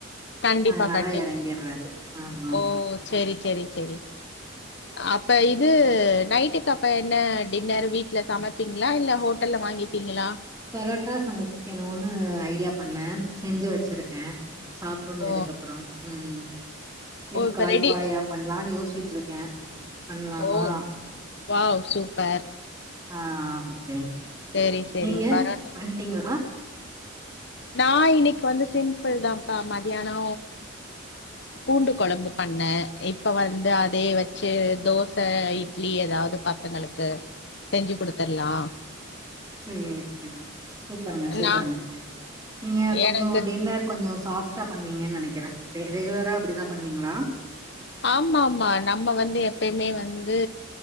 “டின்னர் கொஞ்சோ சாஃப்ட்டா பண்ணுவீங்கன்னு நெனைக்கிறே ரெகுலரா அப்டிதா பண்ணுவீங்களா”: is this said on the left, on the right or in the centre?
Right